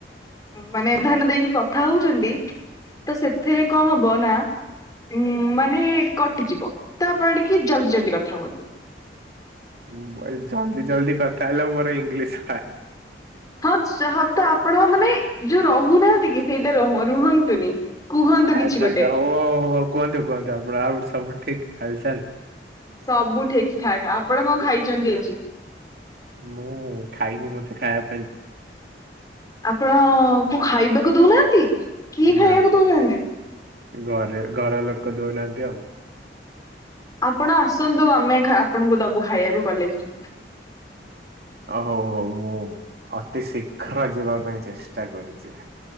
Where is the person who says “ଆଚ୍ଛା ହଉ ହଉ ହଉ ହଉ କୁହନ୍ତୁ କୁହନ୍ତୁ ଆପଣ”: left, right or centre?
Right